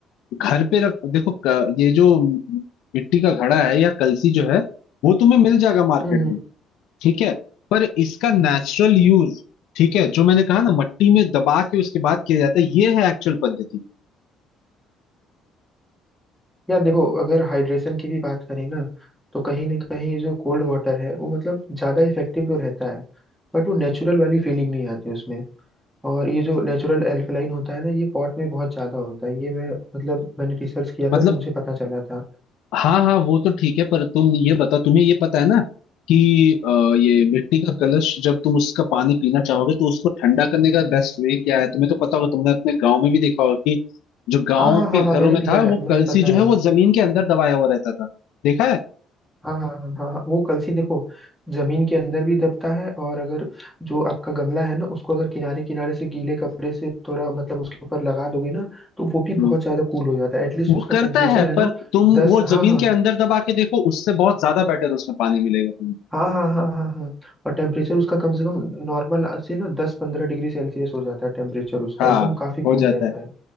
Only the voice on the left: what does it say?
घर पे रख देखो क- ये जो मिट्टी का घड़ा है या कलसी जो है वो तुम्हें मिल जाएगा मार्केट
में ठीक है पर इसका नेचुरल यूज ठीक है जो मैंने कहा ना मट्टी में दबा के उसके बाद किया जाता है ये है एक्चुअल पद्धति
मतलब
हाँ हाँ वो तो ठीक है पर तुम ये बताओ तुम्हें ये पता है ना कि अ, ये मिट्टी का कलश जब तुम उसका पानी पीना चाहोगे तो उसको ठंडा करने का बेस्ट वे क्या है तुम्हें तो पता होगा तुमने अपने गांव में भी देखा होगा कि जो गांव
के
घरों
में
था
वो
कलसी
जो है
वो जमीन के अंदर दबाया हुआ रहता था देखा है
हम्म,
वो
करता
है
पर तुम
वो
जमीन
के अंदर दबा के देखो उससे बहुत ज्यादा बेटर उसमें पानी मिलेगा तुम्हें
हाँ
हो
जाता
है